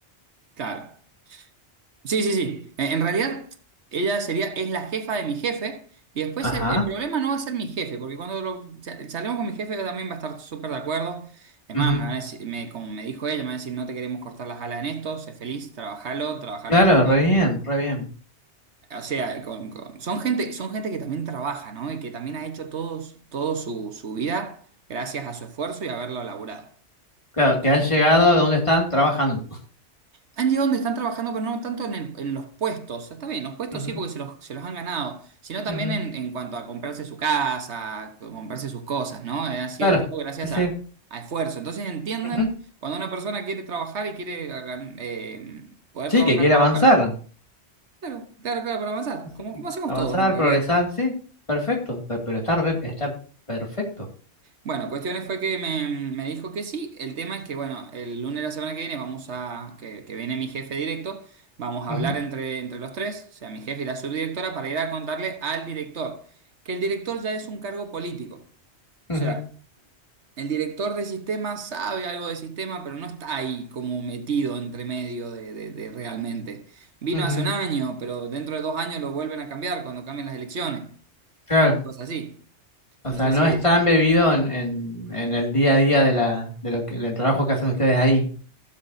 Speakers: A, on the right; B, on the left.
A: claro. Sí, sí, sí. Eh, En realidad, ella sería, es la jefa de mi jefe. Y después
B: Ajá.
A: el, el problema no va a ser mi jefe, porque cuando lo- sa- salgamos con mi jefe también va a estar súper de acuerdo. Es
B: ujú.
A: más, me va a decir- me- como me dijo ella, me va a decir, no te queremos cortar las alas en esto, sé feliz, trabajalo, trabajalo
B: Claro,
A: todo.
B: re bien, re bien.
A: O sea, con- con- son gente, son gente que también trabaja, ¿no? Y que también ha hecho todo, todo su, su vida gracias a su esfuerzo y haberlo laburado.
B: Claro, que han llegado a donde están trabajando.
A: Han llegado donde están trabajando, pero no tanto en, el- en los puestos. Está bien, los puestos
B: Ujú,
A: sí porque se los, se los han ganado, sino también
B: ujú,
A: en, en cuanto a comprarse su casa, a comprarse sus cosas, ¿no? Eh, Ha sido
B: Claro,
A: todo gracias
B: sí, sí.
A: a, a esfuerzo. Entonces entienden
B: ujú.
A: cuando una persona quiere trabajar y quiere eh, gan- eh, poder
B: Sí,
A: trabajar
B: que quiere
A: más
B: avanzar.
A: para... Claro, claro, claro, para avanzar.
B: Sí,
A: Como,
B: sí.
A: como hacemos
B: Avanzar,
A: todos en realidad.
B: progresar, sí, perfecto. pe- Pero, está, re- está perfecto.
A: Bueno, cuestiones fue que me, me dijo que sí. El tema es que, bueno, el lunes de la semana que viene vamos a, que, que viene mi jefe directo, vamos a
B: Ujú,
A: hablar entre, entre los tres, o sea, mi jefe y la subdirectora, para ir a contarle al director, que el director ya es un cargo político.
B: ujú,
A: O sea, el director de sistema sabe algo de sistema, pero no está ahí como metido entre medio de, de- de realmente. Vino
B: ujú.
A: hace un año, pero dentro de dos años lo vuelven a cambiar cuando cambien las elecciones.
B: Claro.
A: cosas así.
B: O
A: No
B: sea,
A: sé
B: no
A: si...
B: está embebido en, en, en el día a día de la, de lo que, del trabajo que hacen ustedes ahí.